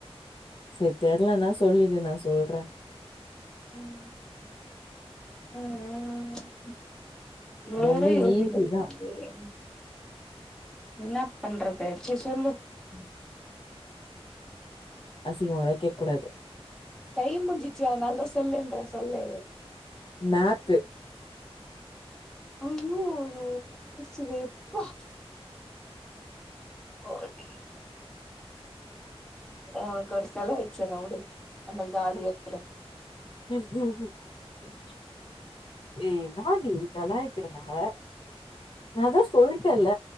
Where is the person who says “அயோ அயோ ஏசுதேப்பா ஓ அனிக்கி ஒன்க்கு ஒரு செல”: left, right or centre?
Centre